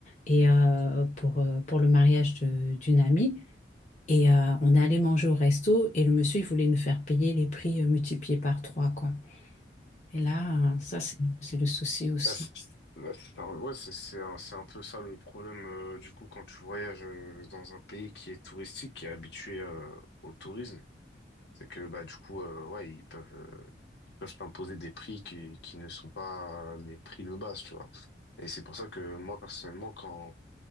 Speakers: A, on the left; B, on the left.
A: et euh, pour, euh, pour le mariage de- d'une amie. Et euh, on est allé manger au resto et le monsieur, il voulait nous faire payer les prix euh, multipliés par trois, quoi. Et là, euh, ça, c'est c'est le souci aussi.
B: Bah, c'est bah, c'est un, ouais, c'est c'est un, c'est un peu ça le problème euh, du coup quand tu voyages euh, dans un pays qui est touristique, qui est habitué euh, au tourisme, c'est que bah du coup euh, ouais ils peuvent euh, ils peuvent t'imposer des prix qui qui ne sont pas euh, les prix de base, tu vois. Et c'est pour ça que moi personnellement quand